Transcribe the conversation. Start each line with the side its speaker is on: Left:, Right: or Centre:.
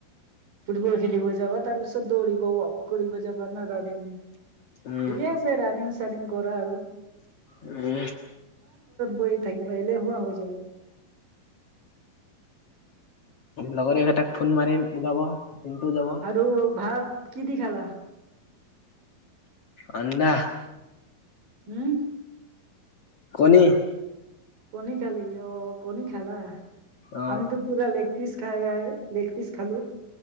Right: ফুটবল খেলিব যাবা তাৰ পিছত দৌৰিব ৱক কৰিব যাবা না ৰানিং?
Left: উম
Right: ঠিকে আছে ৰানিং চনিং কৰা আৰু।
Left: উম
Right: বৈ থাকিবা এলে হোৱা হৈ যা য়গ
Left: লগৰকেইটাক ফোন মাৰিম ওলাব। পিন্টু যাব
Right: আৰু ভাত কি দি খালা।
Left: আন্দা।
Right: হম
Left: কণী।
Right: কণী খালি অ কণী খালা
Left: অ
Right: আমিতো পুৰা লে পিচ খাইয়া লেক পিছ খালোঁ।